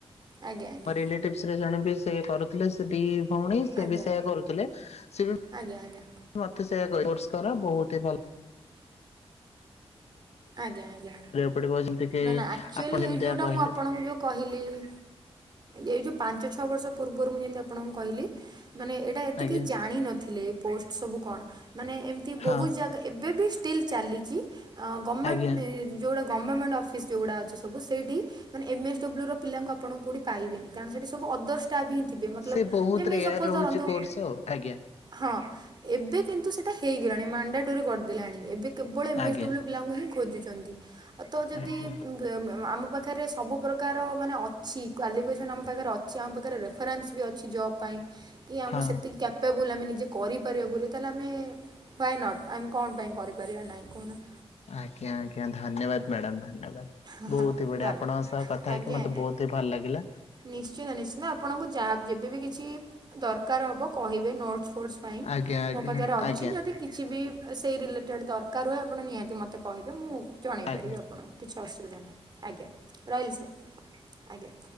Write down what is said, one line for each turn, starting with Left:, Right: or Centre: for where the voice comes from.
Right: ଆଜ୍ଞା ଆଜ୍ଞା।
Left: ରିଲେଟିଭ୍ସରେ ଜଣେ ବି ସେ କରୁ ଥିଲେ ସେ ଦି ଭଉଣୀ ସେ
Right: ଆଜ୍ଞା
Left: ବି ସେୟା କରୁଥିଲେ, ସେ ବି
Right: ଆଜ୍ଞା ଆଜ୍ଞା
Left: ମତେ ସେୟା ବହୁତ ହି ଭଲ <inaudible>
Right: ଆଜ୍ଞା ଆଜ୍ଞା
Left: ପଡିବ ଯେମିତି। କି
Right: ନା ନା ଆକ୍ଚୁଆଲି
Left: ଆପଣ ଯେମିତିଆ
Right: ଏଇଠି ଯୋଉଟା
Left: କହିଲେ
Right: ମୁଁ ଆପଣଙ୍କୁ ଯୋଉ କହିଲି ହୁଁ ଏଇ ଯୋଉ ପାଞ୍ଚ ଛଅ ବର୍ଷ ପୂର୍ବରୁ ମୁଁ ଯେମିତି ଆପଣଙ୍କୁ କହିଲି ମାନେ ଏ ଟା ଏତେ
Left: ଆଜ୍ଞା
Right: କେହି ଜାଣିନଥିଲେ ଏ ପୋଷ୍ଟ୍ ସବୁ କଣ ମାନେ ଏମିତି
Left: ହଁ
Right: ବହୁତ ଜାଗା ଏବେ ବି ଷ୍ଟିଲ୍ ଚାଲିଚି ଆଁ ଗମେଣ୍ଟ୍
Left: ଆଜ୍ଞା
Right: ଯୋଉଗୁଡା ଗମମେଣ୍ଟ ଅଫ୍ ଅଫିସ୍ ଯୋଉଗୁଡା ଅଛି ସବୁ ସେଇଠି ମାନେ ଏମ ଏସ୍ ଡବ୍ଲ୍ୟୁର ପିଲାଙ୍କୁ ଆପଣ କୋଉଠି ପାଇବେନି କାରଣ ସେଠି ସବୁ ଅଦର୍ସ ଷ୍ଟାପ୍ ହିଁ ଥିବେ, ମତଲବ
Left: ସେ ବହୁତ
Right: ଯେମିତି
Left: ରେୟାର
Right: ସପୋଜ
Left: ରହୁଛି
Right: ଧରନ୍ତୁ
Left: କୋର୍ସ ଆଉ ଆଜ୍ଞା
Right: ହଁ ଏବେ କିନ୍ତୁ ସେଟା ହେଇଗଲାଣି ମାଣ୍ଡାଟୋରି କରିଦେଲାଣି ଏବେ କେବଳ ଏମ୍
Left: ଆଜ୍ଞା
Right: ଏସ୍ ଡବ୍ଲ୍ୟୁ ପିଲାଙ୍କୁ ହିଁ ଖୋଜୁଚନ୍ତି। ଆଉ ତ ଯଦି
Left: ଆଜ୍ଞା
Right: ଏ-ମ୍-ମ୍ ଆମ ପାଖରେ ସବୁ ପ୍ରକାର ମାନେ ଅଛି କ୍ୱାଲିଫିକେସନ୍ ଆମ ପାଖରେ ଅଛି ଆମ ପାଖରେ ରେ ଫରାନ୍ସ୍ ବି ଅଛି ଜବ୍ ପାଇଁ କି ଆମକୁ
Left: ହଁ
Right: ସେତିକି କ୍ୟାପାବୁଲ ଆମେ ନିଜେ କରିପାରିବା ବୋଲି ତାହେଲେ ଆମେ ହ୍ୱାଏ ନଟ୍ ଆମେ କଣ ପାଇଁ କରିପାରିବା ନାହିଁ କହୁନା।
Left: ଆଜ୍ଞା ଆଜ୍ଞା ଧନ୍ୟବାଦ। ମ୍ୟାଡାମ୍ <unintelligible>
Right: ଧନ୍ୟବାଦ
Left: ବହୁତ ହି ବଢିଆ ଆପଣଙ୍କ ସହ କଥା
Right: ଆଜ୍ଞା
Left: ହେଇକି ମତେ
Right: ଆଜ୍ଞା।
Left: ବହୁତ ହି ଭଲ ଲାଗିଲା।
Right: ନିଶ୍ଚିନ୍ତ ନିଶ୍ଚିନ୍ତ ଆପଣଙ୍କୁ ଯାହା ଯେବେବି କିଛି ଦରକାର ହେବ କହିବେ ନୋଟସ ଫୋଟସ୍ ପାଇଁ
Left: ଆଜ୍ଞା ଆଜ୍ଞା
Right: ମୋ ପାଖରେ ଅଛି
Left: ଆଜ୍ଞା ଆଜ୍ଞା
Right: ଯଦି କିଛି ବି ସେଇ ରିଲେଟେଡ଼୍ ଦରକାର ହୁଏ ଆପଣ ନିହାତି ମୋତେ କହିବେ ମୁଁ ଜଣେଇ
Left: ଆଜ୍ଞା
Right: ପାରିବି ଆପ ଆପଣଙ୍କୁ କିଛି ଅସୁବିଧା ନାହିଁ ଆଜ୍ଞା ରହିଲି ସାର୍ ଆଜ୍ଞା।